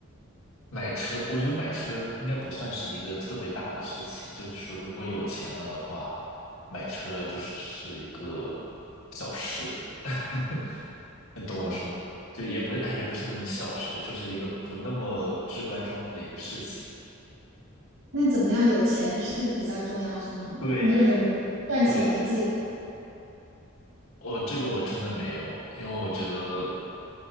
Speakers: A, on the left; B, on the right.
A: 买车，我觉得买车应该不算是一个特别大的事情。就是说，如果有钱了的话，买车就是只是一个小事。<laughs> 你懂我说，就也不是，哎，也不是什么小事了，就是一个不那么至关重要的一个事情。
B: 那怎么样有钱是比较重要，是吗？
A: 对
B: 你有什么赚钱的计划？
A: 对，我这个我真的没有，因为我觉得